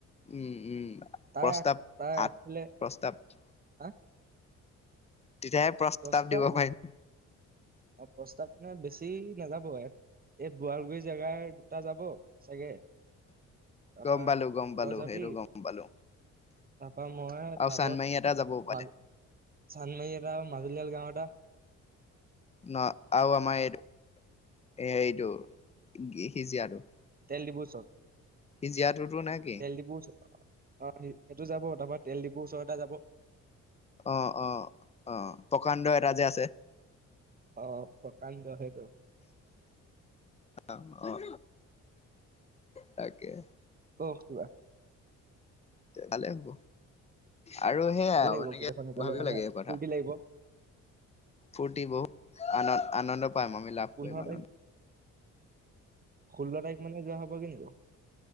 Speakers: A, on the left; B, on the right.
A: উম-উম
B: তাৰ
A: প্ৰস্তাৱ
B: আগ তাৰ আগফালে
A: আঠ প্ৰস্তাৱ
B: হা
A: তেতিয়াহে প্ৰস্তাৱ
B: দহটা
A: দিব পাৰিম।
B: প্ৰস্তাৱ মানে বেছি নাযাব ই এই বোৱলগুৰি জেগাৰ দুটা যাব চাগে। তাৰপা
A: গম পালো, গম পালো,
B: তই যাবি
A: হেইটো গম পালো।
B: তাৰপা মই
A: আৰু
B: তপত
A: চান্দমাৰি এটা যাব পালে
B: ম চান্দমাৰি এটা গাওতা
A: ন আৰু আমাৰ এইটো-এইটো হিজিয়াটো।
B: তেলদীপুৰ ওচৰত।
A: হিজীয়াতুটো নে কি?
B: তেল ডিপুৰ ওচৰত অ' সেইটো যাব তাৰপা তেল ডিপুৰ ওচৰৰ এটা যাব।
A: অ' অ' অ' প্ৰকাণ্ড এটা যে আছে
B: অ', প্ৰকাণ্ড সেই
A: অ', অ' তাকে
B: ক কিবা
A: ভালে হ'ব আৰু সেয়াই
B: ভাল
A: আউ
B: লাগিব
A: এনেকে
B: গোটেইখন গলে
A: ভাবিব
B: মানে
A: লাগে কথা
B: ফূৰ্তি লাগিব
A: ফূৰ্তি বহুত আন আনন্দ পাম আমি লাভ
B: পোন্ধৰ
A: কৰিম আনন্দ
B: তাৰিখ ষোল্ল তাৰিখ মানে যোৱা হ'ব কি নিব